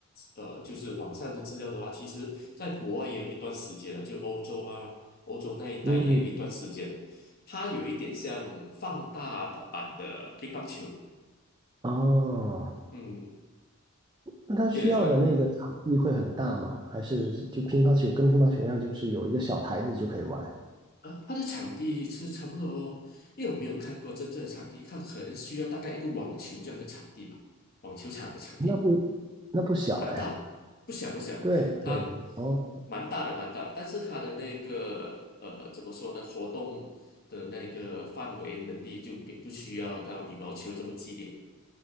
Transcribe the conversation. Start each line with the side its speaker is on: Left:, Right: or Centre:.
Left: 呃，就是网上的资料的话，其实在国外也有一段时间了，就欧洲啊，欧洲那一带也有一段时间了。
Right: 嗯嗯，
Left: 它有一点像放大的版的乒乓球，
Right: 哦，
Left: 嗯，
Right: 那它需要的那个场地会很大吗？
Left: 有点像
Right: 还是就乒乓球跟乒乓球一样，就是有一个小台子就可以玩？
Left: 啊。它的场地是差不多哦，因为我没有看过真正的场地，看可能需要大概一个网球这样的场地吧，网球场的场地。
Right: 那不那不小哎。
Left: 蛮大的，不小不小，
Right: 对对，
Left: 它
Right: 哦，
Left: 蛮大的蛮大，但是它的那个呃怎么说呢，活动的那个范围能力就没不需要到羽毛球这么激烈。